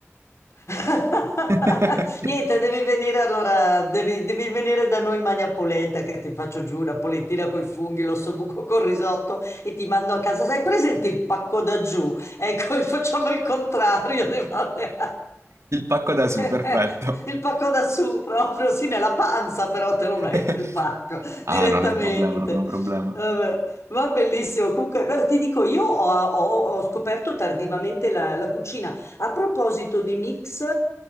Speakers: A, on the left (about 75°); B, on the right (about 80°).
A: <laughs>
B: <laughs>
A: Niente, devi venire allora, devi, devi venire da noi in Magna Polenta che ti faccio giù una polentina coi funghi, l'ossobuco col risotto e ti mando a casa. Sai presente il pacco da giù? Ecco, <laughs> facciamo il contrario. di fare-
B: Il pacco da su,
A: <laughs>
B: perfetto.
A: Il pacco da su proprio, sì, nella panza però te lo metto
B: <laughs>
A: il pacco
B: Ah,
A: direttamente.
B: non è un problema, non è un problema.
A: Vabbè. Va bellissimo, comunque beh, ti dico, io ho, ho- ho scoperto tardivamente la la cucina. A proposito di mix,